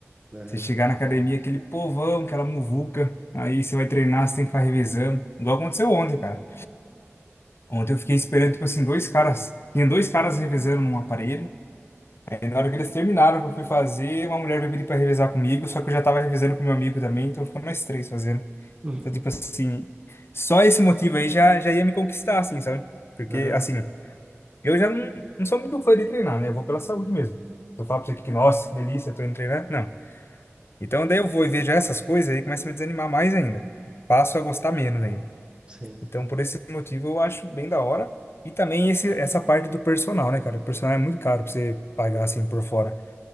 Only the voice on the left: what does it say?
Você chegar
na academia, aquele povão, aquela muvuca, aí você vai treinar, você tem que ficar revezando. Igual aconteceu ontem, cara. Ontem eu fiquei esperando, tipo assim, dois caras. Tinha dois caras revezando num aparelho. Aí na hora que eles terminaram, que eu fui fazer, uma mulher veio pedir pra revezar comigo, só que eu já tava revezando com meu amigo também, então ficou nós três fazendo.
Então, tipo assim, só esse motivo aí já, já ia me conquistar, assim, sabe? Porque,
assim. Eu já não, não sou muito fã de treinar, né? Eu vou pela saúde mesmo. Se eu falar pra você que, nossa, que delícia, tô indo treinar, não. Então daí eu vou e vejo essas coisas aí começa a me desanimar mais ainda. Passo a gostar menos ainda.
Então por esse motivo eu acho bem da hora. E também esse, essa parte do personal, né, cara? O personal é muito caro pra você pagar assim por fora.